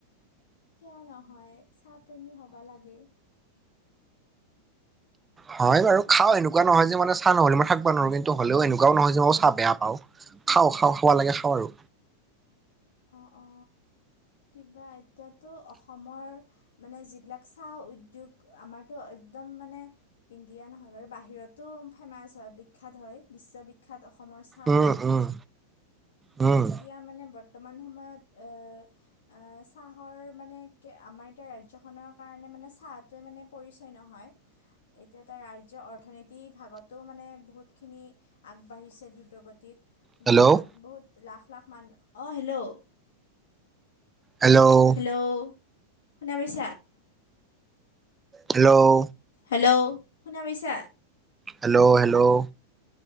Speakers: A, on the left (about 60°); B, on the right (about 15°).
A: কিয়া নহয়? চাহ প্ৰেমী হ'বা লাগে।
B: হয় বাৰু, খাও এনেকুৱা নহয় যে মানে চাহ নহলে মই থাকিব নোৱাৰো, কিন্তু হলেওঁ এনেকুৱও নহয় যে মই চাহ বেয়া পাওঁ। খাওঁ খাওঁ খাব লাগে খাওঁ আৰু।
A: অঁ, অঁ। কিবা এতিয়াতো অসমৰ মানে যিবিলাক চাহ উদ্যোগ আমাৰতো একদম মানে ইণ্ডিয়া নহয় বাৰু বাহিৰতো ফেমাচ হয়, বিখ্যাত হয় বিশ্ববিখ্যাত অসমৰ চাহটো।
B: উম উম উম।
A: এতিয়া মানে বৰ্তমান সময়ত এ এ চাহৰ মানে আমাৰ এতিয়া ৰাজ্যখনৰ কাৰণে মানে চাহটোৱে মানে পৰিচয় নহয়, এইটো এটা ৰাজ্যৰ অৰ্থনীতি ই ভাগতো মানে বহুতখিনি আগবাঢ়িছে দ্ৰুতগতিত,
B: হেল্ল'
A: বা বহুত লাখ লাখ মানহ, অঁ হেল্ল'?
B: হেল্ল'?
A: হেল্ল' শুনা পাইছা?
B: হেল্ল'
A: হেল্ল' শুনা পাইছা।
B: হেল্ল' হেল্ল'